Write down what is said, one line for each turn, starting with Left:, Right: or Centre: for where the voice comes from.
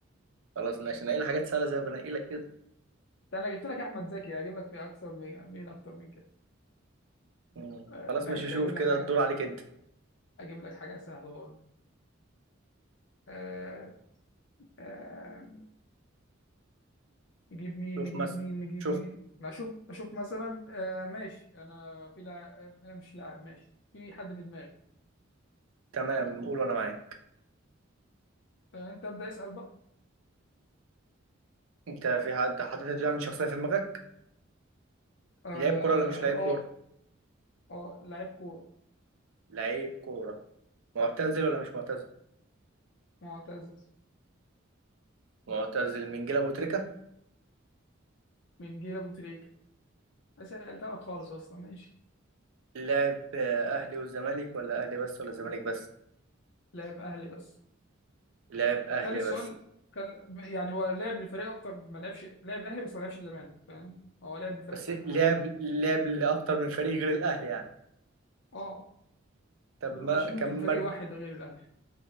Right: خلاص ماشي نقي لي حاجات سهله زي ما بنقي لك كده
Left: ده انا جبت لك احمد زكي هجيب لك مين اكتر من مين اكتر من كده
Right: مم.
Left: آه
Right: خلاص
Left: ماشي
Right: ماشي شوف
Left: هجيب
Right: كده
Left: لك حاجه
Right: الدور عليك انت
Left: اجيب لك حاجه سهله برضه آه آه نجيب مين
Right: شوف
Left: نجيب
Right: مثلا
Left: مين نجيب
Right: شوف
Left: مين ما اشوف اشوف مثلا آه ماشي انا في لاعب آه، مش لاعب ماشي في حد في دماغي
Right: تمام قول وانا معاك
Left: آه انت ابدا اسال بقى
Right: انت في حد حاطط يعني شخصيه في دماغك
Left: اه
Right: لعيب كوره ولا مش لعيب كوره
Left: اه آه، لعيب كوره
Right: لعيب كوره معتزل ولا مش معتزل
Left: معتزل
Right: معتزل من جيل ابو تريكه
Left: من جيل ابو تريكه سالت لك خالص اصلا ماشي
Right: لعب اهلي والزمالك ولا اهلي بس ولا زمالك بس
Left: لاعب اهلي بس
Right: لعب اهلي
Left: خلي السؤال
Right: بس
Left: خل... يعني هو لعب لفريق اكتر ما لعبش لعب اهلي بس ما لعبش الزمالك فاهم هو لعب لفرق
Right: بس
Left: تانية
Right: لعب
Left: عادي
Right: لعب لاكتر من فريق غير الاهلي يعني
Left: اه
Right: طب ما
Left: عشان
Right: كان
Left: ممكن فريق
Right: مر...
Left: واحد غير الاهلي